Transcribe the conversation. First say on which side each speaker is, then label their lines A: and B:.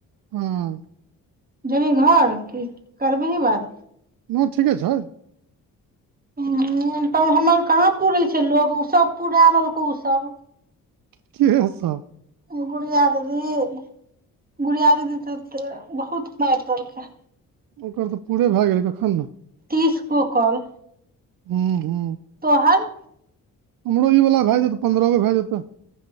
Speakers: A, on the right; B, on the right.
A: हँ
B: जेबी घर क करबहीही बात
A: मुह ठीके छै
B: ह तब हमर कहाँ पुरे छै लोग ओसभ पूरा देलको ओसभ
A: केहतब
B: एगो गुड़िया देबहि गुड़िया द तऽ बहुत मारि केलकै
A: ओकर तऽ पूरे भए गेलै कखन न
B: तीस गो कौल
A: हू हू
B: तो हर
A: हमरो ई वला भए जेतै पन्द्रह गो भए जेतै